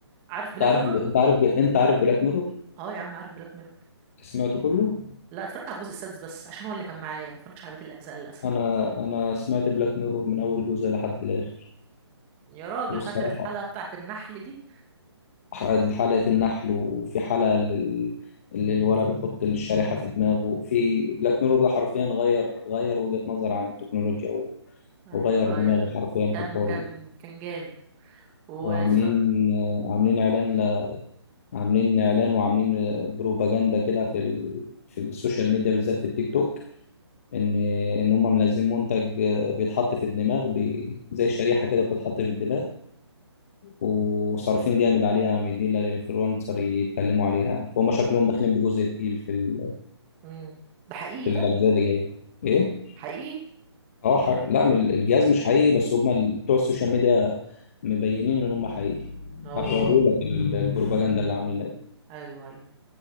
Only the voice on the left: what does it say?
انت
عارف
انت عارف انت عارف بلاك ميرور
سمعته كله
انا انا سمعت بلاك ميرور من اول جزء لحد الاخر
والصراحه
ح- حلقه النحل وفي حلقه لل... اللي الولد بيحط الشريحه في دماغه في بلاك ميرور ده حرفيا غير غير وجهه نظر عن التكنولوجيا و...
وغير دماغي
حرفيا
في الحوار
ده
وعاملين آه، عاملين اعلان ل... عاملين اعلان وعاملين آه، بروباجندا كده في ال... في السوشيال ميديا بالذات في التيك توك ان ان هم منزلين منتج آه، بيتحط في الدماغ بي... زي شريحه كده بتتحط في الدماغ وصارفين جامد عليها مدين للانفلونسر يتكلموا عليها فهم شكلهم داخلين بجزء تقيل في ال...
في
الاجزاء اللي جايه ايه
اه ح... لا من ال- الجهاز مش حقيقي بس هم ال- بتوع السوشيال ميديا مبينين ان هم حقيقي
هتوروا لك ال- البروباجندا اللي عاملينها دي